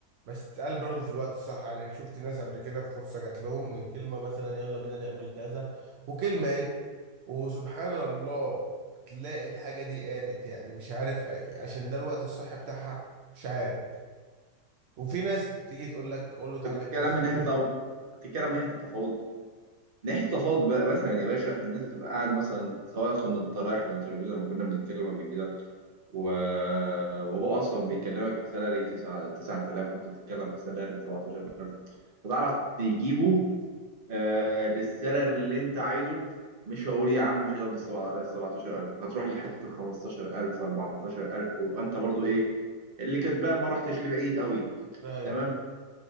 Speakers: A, on the right; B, on the right.
A: بس تتقال برضو في الوقت الصح يعني شفت ناس قبل كده في فرصة جات لهم من كلمة مثلا يلا بينا نعمل كذا وكلمة إيه وسبحان الله تلاقي الحاجة دي قامت يعني مش عارف عشان ده الوقت الصح بتاعها مش عارف وفي ناس تيجي تقول لك قول له اتعلم
B: بتتكلم
A: كذا
B: من ناحيه
A: ليه
B: طب... بتتكلم من ناحيه التفاوض من ناحيه التفاوض بقى مثلا يا باشا ان انت تبقى قاعد مثلا سواء كنا رايح الانترفيو زي ما كنا بنتكلم قبل كده و... وهو اصلا بيكلمك في سالري 9 9000 وانت بتتكلم في سالري 17000 فتعرف تجيبه آه للسالري اللي انت عايزه مش هقول يا عم مش هتاخد ال 17000 هتروح لحته ال 15000 14000 ويبقى انت برضو ايه اللي كسبان ما رحتش لبعيد قوي
A: ايوه
B: تمام